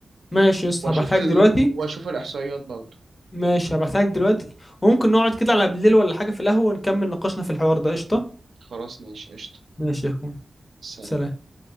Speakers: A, on the left; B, on the right.
A: ماشي يا اسطى
B: واشوف
A: هبعتها
B: ال...
A: لك دلوقتي
B: واشوف الاحصائيات برضه
A: ماشي هبعتها لك دلوقتي وممكن نقعد كده على بالليل ولا حاجة في القهوة ونكمل نقاشنا في الحوار ده قشطة
B: خلاص ماشي قشطه
A: ماشي يا اخوان
B: سلام
A: سلام